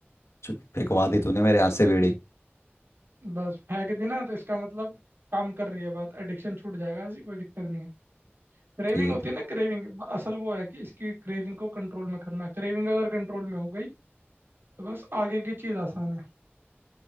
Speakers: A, on the left; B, on the right.
A: चल, फेंकवा दी तूने
B: अ,
A: मेरे हाथ से बीड़ी
B: बस फेंक दी ना तो इसका मतलब काम कर रही है बात एडिक्शन छूट जाएगा ऐसी कोई दिक्कत नहीं है क्रेविंग
A: ठीक
B: होती है ना क्रेविंग असल वो है कि इसकी क्रेविंग को कंट्रोल में करना है क्रेविंग अगर कंट्रोल में हो गई तो बस आगे की चीज आसान है